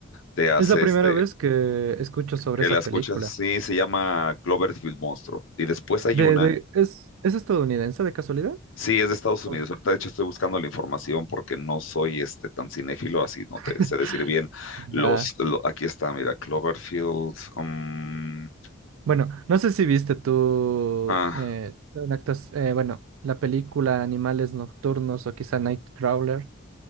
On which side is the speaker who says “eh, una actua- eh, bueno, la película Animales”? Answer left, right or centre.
Right